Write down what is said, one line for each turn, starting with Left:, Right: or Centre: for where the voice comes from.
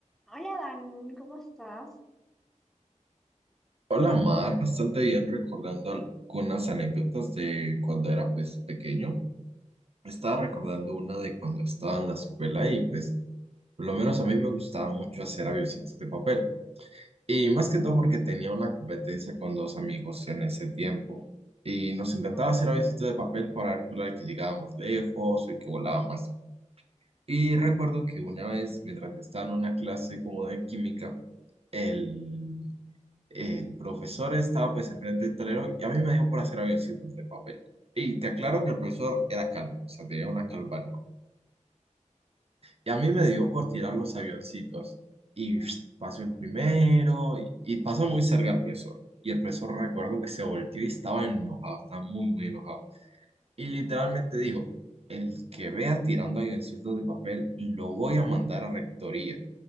Centre: Hola Dan, ¿cómo estás?
Right: Hola Mar, bastante bien recordando algunas anécdotas de cuando era pues pequeño. Estaba recordando una de cuando estaba en la escuela y pues por lo menos a mí me gustaba mucho hacer avioncitos de papel. Y más que todo porque tenía una competencia con dos amigos en ese tiempo. Y nos encantaba
Centre: Ujú.
Right: hacer avioncitos
Centre: Ujú.
Right: de papel para ver cuál era el que llegaba más lejos o el que volaba más. Y recuerdo que una vez mientras estaba en una clase como de química, el el profesor estaba pues enfrente del tablero y a mí me dio por hacer avioncitos de papel. Y te aclaro que el profesor era calvo, o sea, tenía una calva enorme. Y a mí me dio por tirar los avioncitos. Y pss, pasó el primero y, y pasó muy cerca el profesor. Y el profesor recuerdo que se volteó y estaba enojado, estaba muy, muy enojado. Y literalmente dijo, el que vea tirando avioncitos de papel, lo voy a mandar a rectoría.